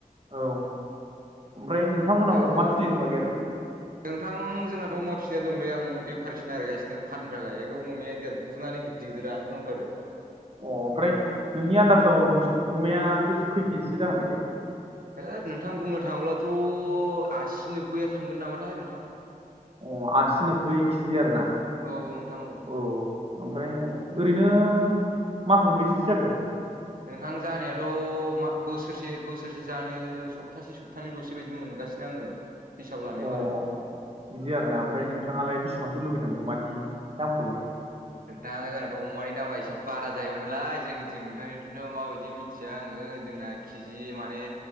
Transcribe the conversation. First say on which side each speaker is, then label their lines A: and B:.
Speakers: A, on the right; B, on the right.
A: औ ओमफ्राय नोंथांमोनाव
B: जागोन
A: अमा
B: जागोन
A: फिसिनाय दंना गैया नोंथां
B: नोंथां जोंनाथ' अमा फिसिनाया दंलै आं बेफारिसिना आरो गासिनो फाननो थाखाय एकदम अमाया देर सुनानै गिदिर गदिर जानानै दंथारो
A: अ ओमफ्राय नोंनि आन्दाजाव नोंसिनि अमाया बे खै केजिसो जागोन बायदि
B: होद नोंथां बुंनो थाङोबाब्लाथ' आसि नोबबैया थांगोन नामाथाय नोंथां
A: अ आसिनो बै केजि आर ना
B: औ नोंथां
A: औ ओमफ्राय ओरैनो मास मोनबसेसो जाखो
B: नोंथां जानायाथ' म बोसोरसे बोसोरसे जानो सप्तासे सप्थानैल'स बायदि मोनगासिनो आङो हिसाब लानायाव
A: अ
B: आरो
A: बिदि आर ना ओमफ्राय नोंथाङालाय बेसेबांथो लुबैदों अमानि दामखौलाय
B: नोंथां जोंनाथ' अमानि दामा एसे बारा जाहैबाय नालाय जोंनिथिं नोंथांनिथिंथ' माबायदि मिथिया आङो जोंना केजि माने